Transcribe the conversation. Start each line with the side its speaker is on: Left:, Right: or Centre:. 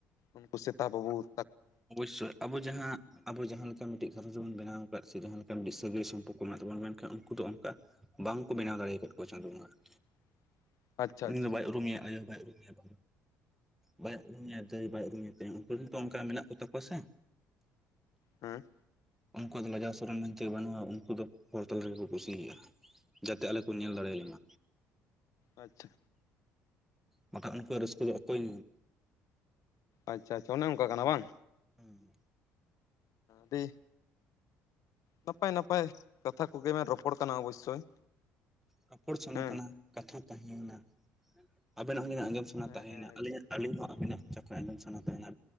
Left: ᱩᱱᱠᱩ ᱥᱮᱛᱟ ᱵᱟᱹᱵᱩ
Centre: ᱚᱵᱚᱥᱥᱳᱭ ᱟᱵᱚ ᱡᱟᱦᱟᱸ ᱟᱵᱚ ᱡᱟᱦᱟᱸ ᱞᱮᱠᱟ ᱢᱤᱫᱴᱤᱡ ᱜᱷᱟᱨᱚᱸᱡᱽ ᱵᱚᱱ ᱵᱮᱱᱟᱣ ᱟᱠᱟᱫ ᱥᱮ ᱡᱟᱦᱟᱸ ᱞᱮᱠᱟ ᱢᱤᱫᱴ ᱥᱟᱹᱜᱟᱹᱭ ᱥᱚᱢᱯᱚᱨᱠᱚ ᱢᱮᱱᱟᱜ ᱛᱟᱵᱚᱱ ᱢᱮᱱᱠᱷᱟᱱ ᱩᱱᱠᱩ ᱫᱚ ᱚᱱᱠᱟ ᱵᱟᱝᱠᱚ ᱵᱮᱱᱟᱣ ᱫᱟᱲᱮ ᱟᱠᱟᱫ ᱠᱚᱣᱟ ᱪᱟᱸᱫᱚ ᱰᱚᱸᱜᱟ ᱾
Left: <inaudible>
Centre: ᱩᱱᱤ
Left: ᱟᱪᱪᱷᱟ
Centre: ᱫᱚ ᱵᱟᱭ ᱩᱨᱩᱢᱮᱭᱟ ᱟᱭᱳ ᱵᱟᱭᱩᱨᱩᱟ ᱦᱮᱸ ᱵᱟᱭ ᱩᱨᱩᱢᱮᱭᱟ ᱫᱟᱹᱭ ᱵᱟᱭ ᱩᱨᱩᱢᱮᱭᱟ ᱛᱮᱭᱟᱝ ᱩᱱᱠᱩᱮᱱ ᱛᱚ ᱚᱱᱠᱟ ᱢᱮᱱᱟᱜ ᱠᱚ ᱛᱟᱠᱚᱣᱟ ᱥᱮ
Left: ᱦᱮᱸ
Centre: ᱩᱱᱠᱩ ᱫᱚ ᱞᱟᱡᱟᱣ ᱥᱚᱨᱚᱢ ᱢᱮᱱᱛᱮ ᱵᱟᱹᱱᱩᱜᱼᱟ ᱩᱱᱠᱩ ᱫᱚ ᱦᱚᱲ ᱛᱟᱞᱟ ᱨᱮᱜᱮᱠᱚ ᱠᱩᱥᱤᱭᱟᱜᱼᱟ ᱡᱟᱛᱮ ᱟᱞᱮ ᱠᱚ ᱧᱮᱞ ᱫᱟᱲᱮ ᱞᱮᱢᱟ
Left: ᱟᱪᱪᱷᱟ
Centre: ᱵᱟᱠᱷᱟᱡ ᱩᱱᱠᱩᱣᱟᱜ ᱨᱟᱹᱥᱠᱟᱹ ᱫᱚ ᱚᱠᱚᱭ
Left: ᱟᱪᱪᱷᱟ ᱟᱪᱷᱟ ᱚᱱᱮ ᱚᱱᱠᱟ ᱠᱟᱱᱟ ᱵᱟᱝ
Centre: ᱦᱩᱸ
Left: ᱫᱤᱦ ᱱᱟᱯᱟᱭ ᱱᱟᱯᱟᱭ ᱠᱟᱛᱷᱟ ᱠᱚᱜᱮᱢ ᱨᱚᱯᱚᱲ ᱠᱟᱱᱟ ᱚᱵᱚᱥᱥᱳᱭ
Centre: ᱨᱚᱯᱚᱲ ᱥᱟᱱᱟ
Left: ᱦᱮᱸ
Centre: ᱠᱟᱱᱟ ᱠᱟᱛᱷᱟ ᱛᱟᱦᱮᱸᱭᱮᱱᱟ ᱟᱵᱮᱱᱟᱜ ᱜᱮᱤᱱᱟᱜ ᱜᱮᱢ ᱥ
Left: ᱦᱮᱸ
Centre: ᱛᱟᱦᱮᱱᱟ
Left: ᱦᱮᱸ
Centre: ᱟᱹᱞᱤᱧᱟᱜ ᱟᱹᱞᱤᱧ ᱦᱚᱸ ᱟᱹᱵᱤᱱᱟᱜ ᱡᱚᱠᱷᱚᱡ ᱟᱧ ᱥᱟᱱᱟ ᱛᱟᱦᱮᱱᱟ